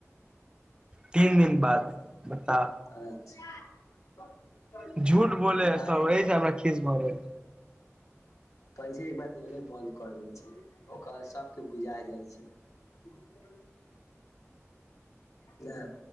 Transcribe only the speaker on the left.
अच्छा <unintelligible>
काहे
पैसे एकबार देना बन्द कर दै छै ओकर सभके बुझा जाइ छै <unintelligible> ह